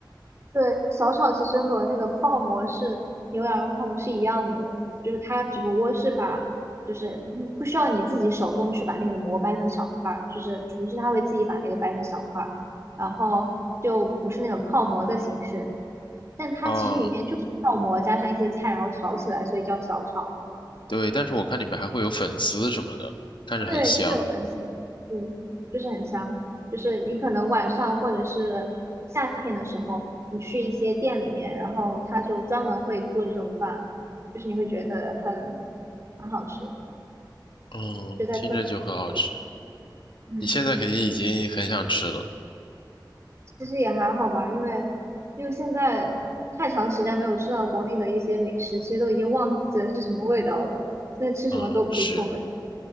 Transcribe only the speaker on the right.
对，小炒其实和那个泡馍是牛羊肉泡馍是一样的，就是它只不过是把，就是不不需要你自己手动去把那个馍掰成小块儿，就是厨师他会自己把那个掰成小块儿，然后就不是那种泡馍的形式，但它其实里面就是泡馍加上一些菜，
然后炒起来，所以叫小炒。
对，是有很香，嗯，就是很香。就是你可能晚上或者是夏天的时候，你去一些店里面，然后他就专门会做这种饭，就是你会觉得很很好吃，
就在特定的节日
嗯，
其实也还好吧，因为因为现在太长时间没有吃到国内的一些美食，其实都已经忘记了是什么味道了，现在吃什么都可以凑合。